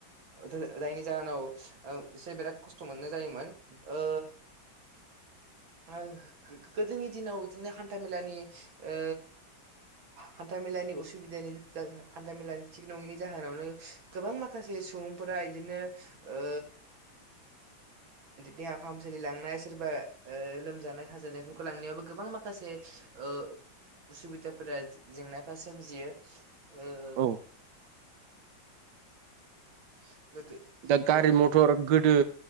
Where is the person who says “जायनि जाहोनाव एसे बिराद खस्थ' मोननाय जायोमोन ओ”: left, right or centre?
Right